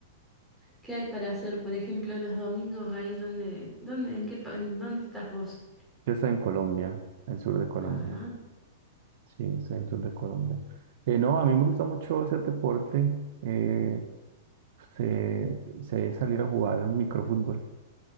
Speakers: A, in the centre; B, on the right (about 55°).
A: ¿Qué hay para hacer, por ejemplo, los domingos ahí donde, dónde, en qué, pa- en dónde estás vos?
B: Yo estoy en Colombia, en el sur de Colombia,
A: Ajá,
B: sí, estoy en el sur de Colombia. Eh, no, a mí me gusta mucho hacer deporte, eh, sé, sé salir a jugar microfútbol.